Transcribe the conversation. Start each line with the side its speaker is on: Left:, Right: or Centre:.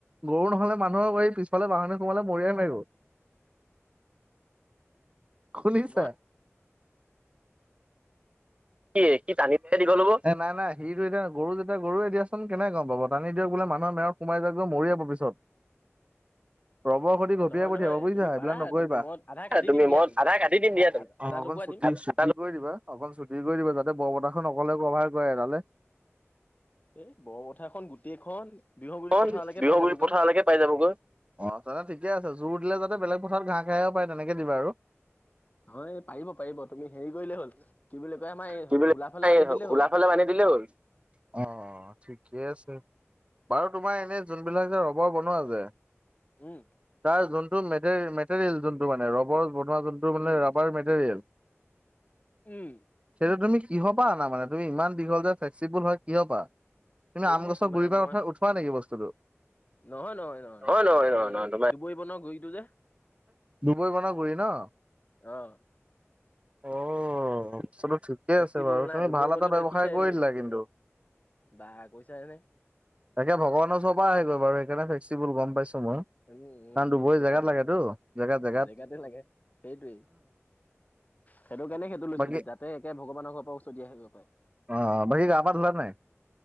Right: গৰু নহ'লে মানুহৰ বাৰী পিছালে বাহনিত সোমালে মৰিয়াই মাৰিব।
Left: <inaudible>
Right: খুলিছা?
Left: নহয়
Right: কি কি টানি দিলেই দীঘল হ'ব এই নাই নাই। সিটো এতিয়া গৰু যেতিয়া গৰুয়ে দিয়াচোন কেনেকে গম পাব টানি দিয়ক বোলে মানুহ মেও সোমাই যাব মৰিয়াই পাবি চপ।
Left: <inaudible>
Right: ৰবৰ সতি
Left: অ
Right: ঘপিয়াই
Left: নহয়
Right: পঠিয়াবা
Left: নহয়
Right: বুইছা
Left: তুমি
Right: এইবিলাক
Left: পাৰা
Right: নকৰিবা।
Left: তুমি মই আধা কাটি
Right: তুমি
Left: দিম দিয়া
Right: মই
Left: তেনে
Right: আধা কাটি দিম দিয়া তুমি
Left: আধা আধা
Right: অকন
Left: টুকুৰা
Right: চু-
Left: দিম
Right: কৰি দিবা অকন চুটি কৰি দিবা যাতে বৰপথাৰ খন অকলে কভাৰ কৰে এডালে।
Left: এই বৰপথাৰখন গোটেইখন- বিহগুৰি
Right: খন
Left: পথাৰলৈকে
Right: বিহুগুৰি
Left: পাই যাবগৈ
Right: পথাৰলৈকে পাই যাবগৈ। অ তেনে ঠিকে আছে জোৰ দিলে যাতে বেলেগ পথাৰত ঘাহ খাই আহিব পাৰে তেনেকে দিবা আৰু।
Left: হয় পাৰিব পাৰিব তুমি হেৰি কৰিলেই হল কি বুলি কয় আমাৰ এই
Right: কি বুলি
Left: হোলা ফালে
Right: কয়
Left: বান্ধি দিলেই হ'ল।
Right: বান্ধি দিলেই হ'ল। অঁ ঠিকেই আছে। বাৰু তোমাৰ এনে যোনবিলাক যে ৰবৰ বনোৱা যে।
Left: উম
Right: তাৰ যোনটো মে মেটেৰিয়েল যোনটো মানে ৰবৰ। যোনটো মানে
Left: উম
Right: ৰাবাৰ মেটেৰিয়েল।
Left: উম
Right: সেইটো তুমি কিহ পা আনা মানে তুমি ইমান দীঘল যে ফ্লেক্সিবুল হয় কিহ পা? তুমি
Left: এই
Right: আম গছ
Left: তোমাৰ
Right: গুৰিবাৰ
Left: মই
Right: উঠোৱা নেকি বস্তুটো?
Left: নহয় নহয় নহয় নহয়
Right: হয়
Left: তোমাৰ এই
Right: নহয় তোমাৰ
Left: দুবৰি বনৰ গুৰিটো যে।
Right: দুবৰি বনৰ গুৰি ন।
Left: অ
Right: অ বস্তটো ঠিকে
Left: ফ্লেক্সিবল
Right: আছে বাৰু
Left: না
Right: তুমি
Left: দুবৰি
Right: ভাল
Left: বনটো
Right: এটা ব্যৱসায়
Left: দেখিছাই
Right: কৰি
Left: তুমি
Right: দিলা কিন্তু।
Left: বা কৈছা যে।
Right: তাকে ভগৱানৰ ওচৰ পৰাই আহে গৈ বাৰু সেইকাৰে ফেক্সিবুল গম পাইছো মই।
Left: উম উম
Right: কাৰণ দুবৰি
Left: সেইটো
Right: জেগাত
Left: কাৰণে
Right: লাগেতো জেগাত
Left: উম
Right: জেগাত
Left: জেগাতে লাগে সেইটোৱেই। সেইটো কাৰনে সেইটো লৈছো
Right: বাকী
Left: যাতে একে ভগৱানৰ পৰা ওচৰত আহিব পাৰে।
Right: অ, বাকী গা পা ধুলাই নাই?